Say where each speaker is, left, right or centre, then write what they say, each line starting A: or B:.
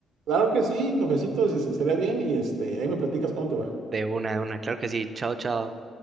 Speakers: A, on the right (about 80°); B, on the right (about 40°).
A: Claro que sí, cafecito, es- es- estaría bien y este, ahí me platicas cómo te va.
B: De una, de una, claro que sí, chao, chao.